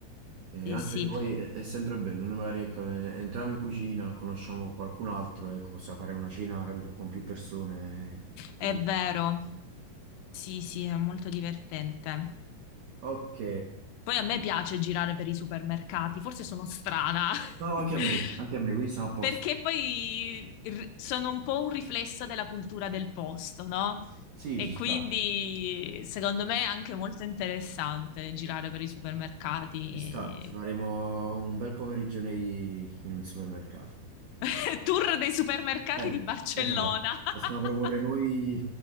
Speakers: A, on the right (about 80°); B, on the left (about 80°).
A: Eh,
B: Sì,
A: anche
B: sì,
A: perché poi è, è sempre bello, noi magari ecco, eh, entriamo in cucina, conosciamo qualcun altro, ecco, possiamo fare una cena, capito, con più persone. e quindi-
B: è vero, sì, sì, è molto divertente.
A: Ok.
B: Poi a me piace girare per i supermercati, forse sono strana,
A: No, no,
B: <laughs>
A: anche a me, anche a me, quindi sono a posto.
B: perché poi r- sono un po' un riflesso della cultura del posto, no?
A: Sì,
B: E
A: ci sta,
B: quindi secondo me è anche molto interessante girare per i supermercati.
A: ci sta, ci faremo
B: e-
A: un bel pomeriggio nei- in un supermercato.
B: <laughs> Tour dei supermercati
A: Eh,
B: di Barcellona.
A: esatto,
B: <laughs>
A: possiamo proporre noi,